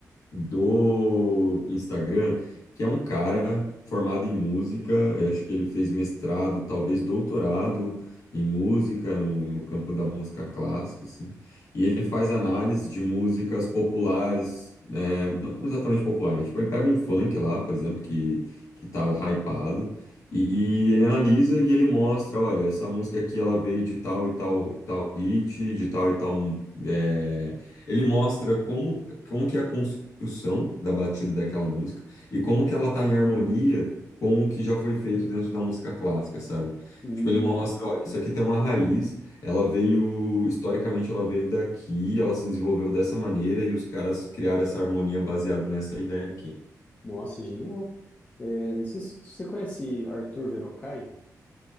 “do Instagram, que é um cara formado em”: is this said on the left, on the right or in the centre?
Left